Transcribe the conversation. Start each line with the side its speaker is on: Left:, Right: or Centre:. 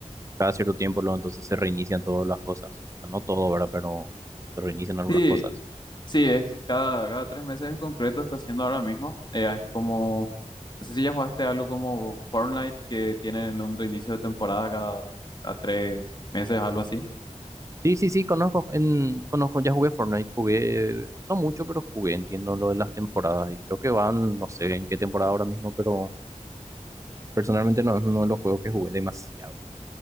Right: cada cierto tiempo luego entonces se reinician todas las cosas. O sea, no todo, ¿verdad? Pero se reinician algunas
Left: Sí,
Right: cosas.
Left: Sí, es cada, cada tres meses en concreto está haciendo ahora mismo. Eh, es como, no sé si ya jugaste algo como Fortnite que tienen un reinicio de temporada cada, cada tres meses, algo así.
Right: Sí, sí, sí, conozco, en, conozco, ya jugué Fortnite, jugué, no mucho, pero jugué, entiendo lo de las temporadas y creo que van, no sé en qué temporada ahora mismo, pero personalmente no es uno de los juegos que jugué demasiado.